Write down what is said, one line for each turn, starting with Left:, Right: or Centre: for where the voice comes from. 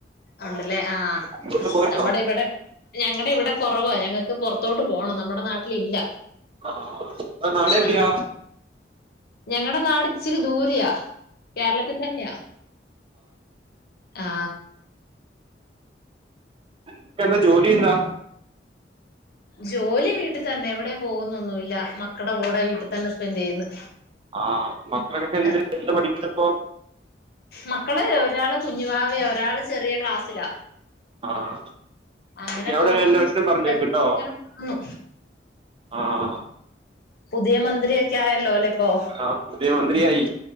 Left: ഉണ്ടല്ലേ ആ
Right: അങ്ങോട്ട് പോയിരുന്നോ
Left: നമ്മുടെ ഇവിടെ ഞങ്ങളടെ ഇവിടെ കുറവ ഞങ്ങ പുറത്തോട്ട് പോണം നമ്മുടെ നാട്ടിലില്ല
Right: ആഹ് നാട് എവിടെയാ
Left: ആ ഞങ്ങളടെ നാട് ഇച്ചിരി ദൂരയാ കേരളത്തിൽ തന്നെയാ ആ
Right: ഇപ്പെന്താ ജോലിയെന്താ?
Left: ജോലി വീട്ടിൽ തന്നെ എവിട് ടെ പോകുന്നൊന്നുവില്ല മക്കടെ കൂടെ വീട്ടി തന്നെ സ്പെൻഡ് ചെയ്യുന്ന്
Right: ആഹ് മക്കളൊക്കെ എന്ത്
Left: ആ
Right: എന്ത് പഠിക്കുന്നു ഇപ്പോ
Left: മക്കള് ഒരാള് കുഞ്ഞുവാവയാ ഒരാള് ചെറിയ ക്ലാസ്സിലാ
Right: ആഹ്
Left: അങ്ങനെ
Right: അവിടെ
Left: പോകുന്നു
Right: ഒരു അന്വേഷണം പറഞ്ഞേക്ക്ട്ടോ
Left: <unintelligible> പോകുന്നു.
Right: ആ <unintelligible>
Left: പുതിയ മന്ത്രിയൊക്കെ ആയല്ലോ അല്ലെ ഇപ്പോ
Right: ആ പുതിയ മന്ത്രിയായി